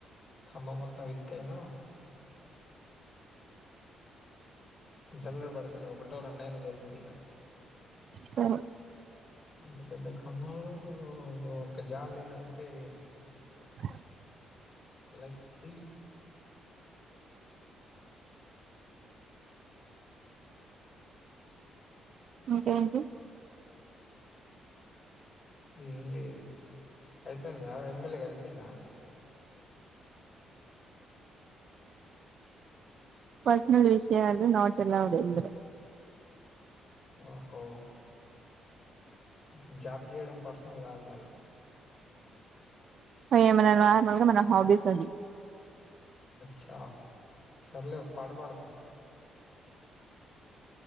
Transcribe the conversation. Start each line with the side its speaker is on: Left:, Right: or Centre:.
Left: ఖమ్మం మొత్తం వెతికయినా జల్లడ పడతలే ఒకటో రెండైన దొరుకుతాయి గ
Right: సో
Left: అంత పెద్ద ఖమ్మంలో ఒక్క జాబ్ లేదంటే
Right: అ
Left: లెట్స్ సి
Right: ఇంకేంటి
Left: ఏం లేదు అయిపోయిందా ఎమ్మెల్యే కలిసిండా
Right: పర్సనల్ విషయాలు నాట్ అల్లఓడ్ ఇందులో
Left: ఓహో ఇప్పుడు జాబ్ చేయడం పర్సనల్ కాదు మరి
Right: అ మన నార్మల్గా మన హాబీస్ అది
Left: జాబ్ సర్లే ఒక పాట పాడు మరి